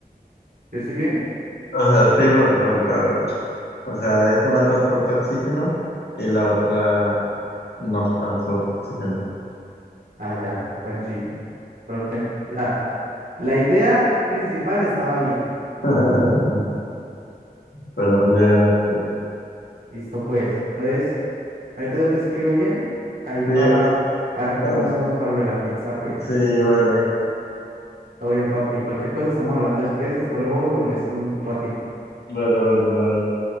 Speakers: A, on the right; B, on the left.
A: ¿Yo estoy bien?
B: O sea, sí, pero te falta algo. O sea, es una transporta oxígeno y la otra no transporta oxígeno.
A: Ah, ya. Bueno, sí. Pero te- o sea, la idea principal estaba bien.
B: <laughs> Bueno, pues ya ganaste.
A: Listo, pues. Entonces. Ahorita yo te escribo bien, ahí para
B: Sí,
A: ver cómo
B: tam-
A: hacemos para lo de la pizza, pues,
B: sí,
A: pues, pues,
B: vale.
A: pues. Todo bien, papi. Cualquier cosa estamos hablando después, después lo juego y lo molesto un, un ratico.
B: Vale, vale, bye.